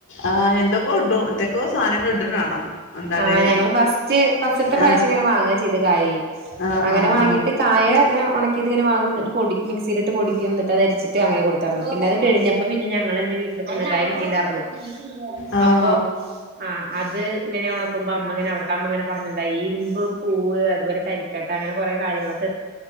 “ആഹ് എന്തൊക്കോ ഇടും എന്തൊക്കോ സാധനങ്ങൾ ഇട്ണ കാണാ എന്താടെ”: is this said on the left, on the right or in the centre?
Left